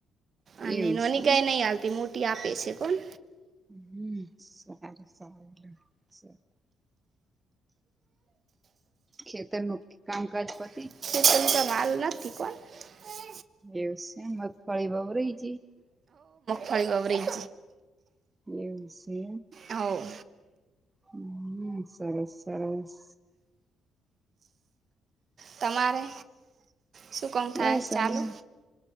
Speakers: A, on the right (about 50°); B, on the right (about 20°).
A: અને
B: એવું
A: નોની
B: સે એમ
A: ગાય નહી આલતી મોટી આપે છે કણ
B: હમ સાર સારું સ ખેતરનું કામકાજ પર
A: <unintelligible>
B: એવું છે મગફાળી વવરાહી જિ
A: ફરી વવરાઈ
B: એવું છે.
A: હવ
B: હમ્મ સરસ સરસ
A: તમારે શું કમ થાય
B: બસ
A: ચાલુ
B: અમારે